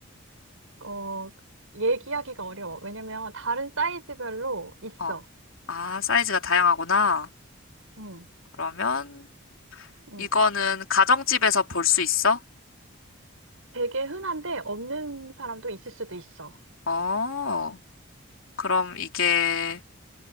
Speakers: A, on the right; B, on the left.
A: 어, 얘기하기가 어려워. 왜냐면 다른 사이즈별로 있어.
B: 어. 아, 사이즈가 다양하구나.
A: 음,
B: 그러면
A: 음,
B: 이거는 가정집에서 볼 수 있어?
A: 되게 흔한데 없는 사람도 있을 수도 있어.
B: 어, 그럼 이게,